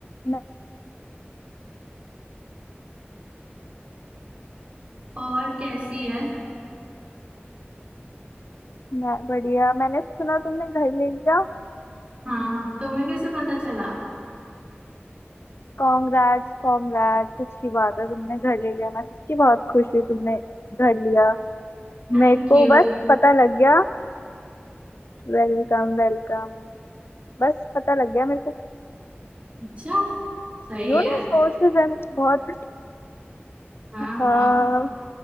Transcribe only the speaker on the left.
मैं,
मैं बढ़िया मैंने सुना तुमने घर ले लिया
कॉन्ग्रेट्स कॉन्ग्रेट्स अच्छी बात है तुमने घर ले लिया मैं सच्ची बहुत खुश हुई तुमने घर लिया
मेरे
को बस पता लग गया Welcome welcome बस पता लग गया मेरे को
यू
नो सोर्सेस है मेरे बहुत
हाँ